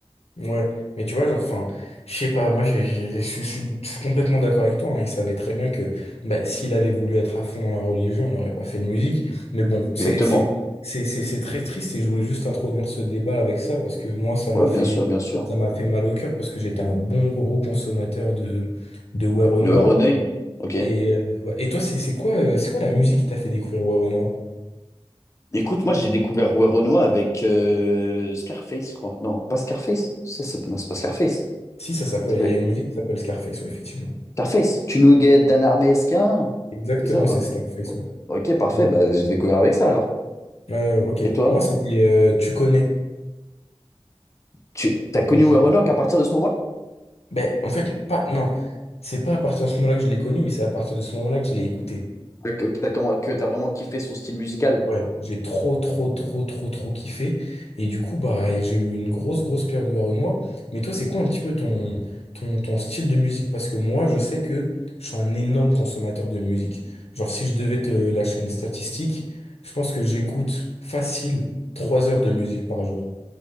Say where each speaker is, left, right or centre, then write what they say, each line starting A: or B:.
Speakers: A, on the left; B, on the left.
A: Ouais, mais tu vois, genre, enfin, je sais pas, moi, j'ai, j'ai- je suis je suis complètement d'accord avec toi, hein, il savait très bien que bah, s'il avait voulu être à fond dans la religion, on n'aurait pas fait de musique, mais bon, c'est,
B: Exactement.
A: c'est, c'est, c'est c'est très triste et je voulais juste introduire ce débat avec ça parce que moi, ça m'a
B: Ouais,
A: fait,
B: bien sûr, bien sûr.
A: ça m'a fait mal au cœur parce que j'étais un bon gros consommateur de, de Werenoi.
B: Le ouais Renoir, ok.
A: Et, euh, ouais. Et toi, c'est c'est quoi, euh, c'est quoi la musique qui t'a fait découvrir Werenoi?
B: Écoute, moi j'ai découvert Rouet Renoir avec euh, Scarface, quoi. Non, pas Scarface. Ça, c'est non, c'est pas Scarface.
A: Si, ça s'appelle,
B: Ça s'appelle
A: il y a une musique qui s'appelle Scarface, ouais, effectivement.
B: Scarface. Tu nous guettes Dan Esquin.
A: Exactement,
B: C'est ça ou pas?
A: c'est Scarface,
B: O-
A: ouais.
B: Ok, parfait.
A: Mmh.
B: Bah, j'ai découvert avec ça alors.
A: Euh, ok.
B: Et toi?
A: Moi, c'était euh, Tu connais.
B: Tu t'as connu
A: Je-
B: Rouet Renoir qu'à partir de ce moment-là?
A: Ben, en fait, pas, non. C'est pas à partir de ce moment-là que je l'ai connu, mais c'est à partir de ce moment-là que je l'ai écouté.
B: Que que t'as comment- que t'as vraiment kiffé son style musical?
A: Ouais. J'ai trop, trop, trop, trop, trop kiffé. Et du coup, bah, j'ai eu une grosse, grosse période de Renoir. Mais toi, c'est quoi un petit peu ton, ton, ton style de musique? Parce que moi, je sais que je suis un énorme consommateur de musique. Genre, si je devais te lâcher une statistique, je pense que j'écoute facile 3 heures de musique par jour.